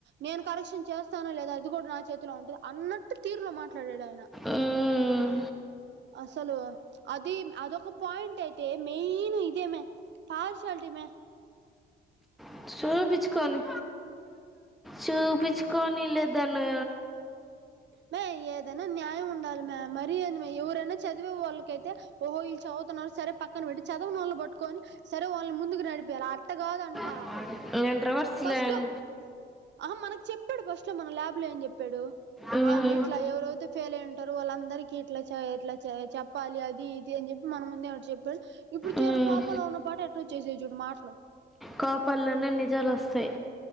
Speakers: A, on the right (about 65°); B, in the centre.
A: నేను కరెక్షన్ చేస్తానో లేదా అది గూడ నా చేతిలో ఉంటద్ అన్నట్టు తీర్లో మాట్లాడాడు ఆయన
B: ఉమ్,
A: అసలు అది అదొక పాయింట్ అయితే మెయిన్ ఇదేమే పార్శాలటీమే
B: ప్చ్ చూపిచ్కోని చూపిచ్కో కోనీ లే దన్ను
A: మే ఏదైన న్యాయం ఉండాలి మ్యా మరి ఎవరైన చదివే వాళ్ళకైతే ఓహో ఇళ్ చవుతున్నారు సరే పక్కన పెట్టి చదవని వాళ్ళని పట్టుకొని సరే వాళ్ళ ముందుకు నడిపియాలి అట్ట కాదంట
B: <unintelligible>
A: ఫస్ట్
B: లైన్
A: లో ఆహా మనక్ చెప్పాడ్ ఫస్ట్ లో మన ల్యాబ్ లో ఏం చెప్పడు
B: ఉమ్,
A: ఆమె ఇట్లా ఎవరైతే ఫెయిల్ అయ్యారో వాళ్ అందరిక ఇట్లా చేయ ఎట్లా చేయ చెప్పాలి అది ఇది అన్ చెప్ ఇప్పుడ్ మన ముందే వచ్చి చెప్పే ఇప్పుడ్ తీర
B: ఉమ్,
A: కోపంలో ఉన్న పాటు ఎట్ల వచ్చేసే చూడు మాటలు
B: కోపల్లోనే నిజాలోస్తయ్